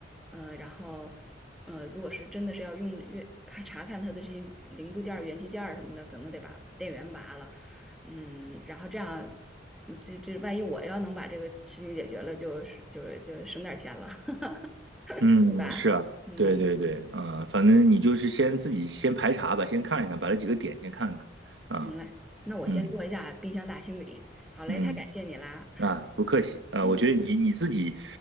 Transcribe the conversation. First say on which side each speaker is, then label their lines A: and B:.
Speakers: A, in the centre; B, on the right (about 70°).
A: 嗯、然后。呃，如果是真的是要用越看查看它的这些零部件儿、元器件儿什么的，可能得把电源拔了，嗯，然后这样，嗯这这万一我要能把这个事情解决了，就是就是就省点儿钱了，<laughs>
B: 嗯，
A: 对吧？
B: 是啊，
A: 嗯，
B: 对对对，嗯，反正你就是先自己先排查吧，先看一看，把这几个点先看看。啊，
A: 行嘞，那我先做一下冰箱大清理。
B: 嗯
A: 好嘞，
B: 嗯
A: 太感谢你啦。
B: 啊，不客气。啊，
A: 嗯，
B: 我觉得你你自己